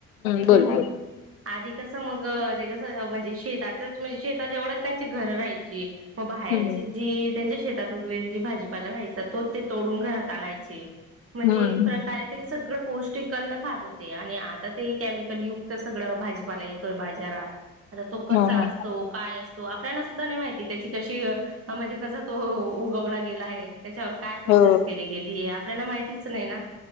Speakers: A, on the left (about 75°); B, on the right (about 35°).
A: बोल
B: हम्म हम्
A: बोल
B: आधी कसं मग ते कसं म्हणजे शेतातच म्हणजे शेता जवळ त्यांची घरं राहायची. मग बाहेरची
A: हम्म
B: जी त्यांच्या शेतात उगलेली जी भाजीपाला राहायचा तोच ते तोडून घरात आणायचे म्हणजे
A: हम्म
B: एक
A: हम्म.
B: प्रकारे ते सगळं पौष्टिक अन्न खात होते आणि आता ते केमिकल युक्त सगळ भाजीपाला येतोय बाजारात आता तो कसा
A: हा हा
B: असतो काय असतो? तो आपल्याना सुद्धा नाही माहिती त्याची कशी म्हणजे कस तो उगवला गेला आहे? त्याच्यावर काय प्रोसेस
A: हो
B: केली गेली? आपल्याला माहितीच नाही ना